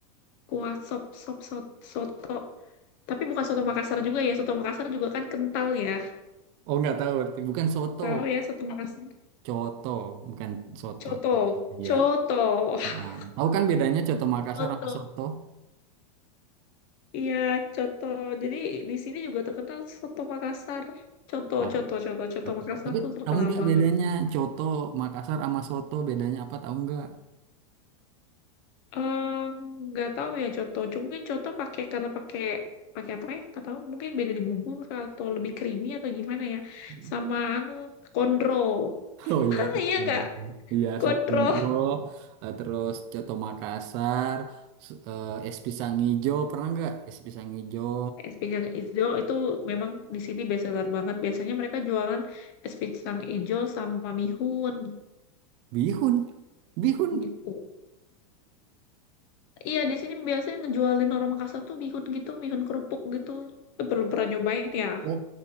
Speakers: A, on the left; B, on the right.
A: kuah sop sop sot- soto. Tapi bukan soto Makassar juga ya. Soto Makassar juga kan kental ya.
B: Oh nggak tahu berarti bukan soto,
A: Tahu ya soto Makassar.
B: coto bukan soto.
A: Coto.
B: Iya.
A: Coto. <laughs>
B: Ah. Tahu kan bedanya coto Makassar
A: Coto.
B: sama soto?
A: Iya, coto. Jadi di sini juga terkenal soto Makassar. Coto,
B: Nah,
A: coto, coto, coto
B: coto.
A: Makassar
B: Tapi
A: tuh terkenal
B: tahu nggak
A: banget.
B: bedanya coto Makassar sama soto bedanya apa tahu nggak?
A: Eh, nggak tahu ya coto. Cuma mungkin coto pakai karena pakai pakai apa ya? Nggak tahu. Mungkin beda di bumbu atau lebih creamy atau gimana ya.
B: <laughs>
A: Sama anu kondro.
B: Oh iya,
A: Hah,
B: Sabondro.
A: iya nggak?
B: iya
A: Gondroh.
B: Sabondro, eh, terus coto Makassar, s- eh, es pisang hijau pernah nggak? Es pisang hijau,
A: Es pisang hijau itu memang di sini bestseller banget. Biasanya mereka jualan es pisang hijau sama mihun
B: bihun, bihun.
A: gitu. Iya, di sini biasanya ngejualin orang Makassar tuh mihun gitu, mihun kerupuk gitu. Itu Belum pernah nyobain ya.
B: Oh,